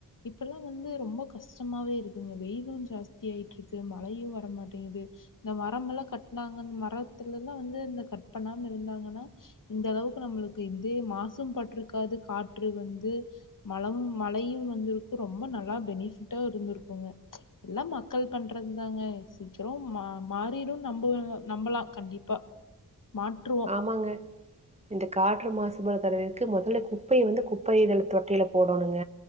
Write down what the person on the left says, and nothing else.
இப்பெல்லா வந்து ரொம்ப கஷ்டமவே இருக்குங்க வெயிலு ஜாஸ்தி ஆயிட்டுருக்கு மழயு வரமாட்டேங்கிது இந்த மரமெல்லா கட்னாங்கன் மரத்துலல்லா வந்து இந்த கட் பண்ணாம இருந்தாங்கன்னா இந்த அளவுக் நம்ளுக்கு இந்தே மாசு பட்ருக்காது காற்று வந்து மழம் மழயு வந்திருக்கு ரொம்ப நல்லா பெனிபிட்டா இருந்துருக்குங்க எல்லா மக்கள் பண்றதுதாங்க சீக்கிரோ மா மாறிடு நம்பல் நம்பலா கண்டிப்பா மாற்று